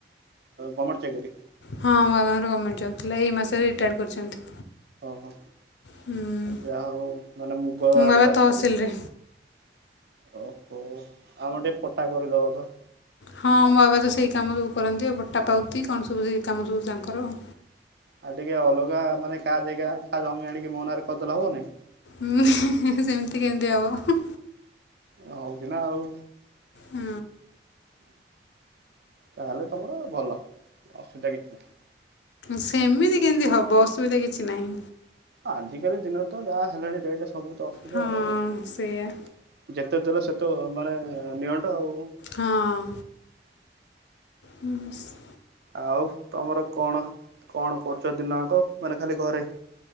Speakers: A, on the right; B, on the left.
A: ଗମେଟ ଚାକରି।
B: ହଁ ମୋ ବାବା ଙ୍କର ଗମେଣ୍ଟ ଜବ୍ ଥିଲା ଏହି ମାସରେ ରିଟାର୍ଡ଼ କରିଛନ୍ତି।
A: ଓହୋ
B: ହୁଁ,
A: ଯା ହଉ ମାନେ ମୁଗ
B: ମୋ
A: ଆଡେ
B: ବାବା
A: ଚାଷ
B: ତହସିଲରେ
A: ହଉଚି। ଓହୋ ଆମର ଟିକେ ପଟା କରେଇ ଦବ ତ।
B: ହଁ ମୋ ବାବା ତ ସେଇ କାମ ସବୁ କରନ୍ତି ଆଉ ପଟା ପାଉତି କଣ ସବୁ ସେ କାମ ସବୁ ତାଙ୍କର ଆଉ।
A: ଆଉ ଟିକେ ଅଲଗା ମାନେ କାହା ଯେଗା କା ଜମି ଆଣିକି ମୋ ନାରେ କରିଦେଲେ ହବନି।
B: ଉଁ ହେଁ ହେଁ ହେଁ ସେମିତି କେମତି ହବ ହେଁ।
A: ହଉଛି ନା ଆଉ।
B: ହୁଁ।
A: ତାହେଲେ ତମର ଭଲ ଅସୁବିଧା କିଛି ନାହିଁ।
B: ସେମିତି କେମିତି ହବ ଅସୁବିଧା କିଛି ନାହିଁ।
A: ଆଜିକାଲି ଦିନରେ ତ ଯାହା ହେଲାଣି ରେଟ ସବୁ ତ ଅସୁବିଧା
B: ହଁ
A: ଆଉ
B: ସେଇଆ
A: ଯେତେ ଦେଲେ ସେ ତେ ମାନେ ନିଅଣ୍ଟ। ଆଉ।
B: ହଁ। ହୁଁ ସ
A: ଆଉ ତମର କଣ କଣ କରୁଛ ଦିନ ଯାକ ମାନେ ଖାଲି ଘରେ।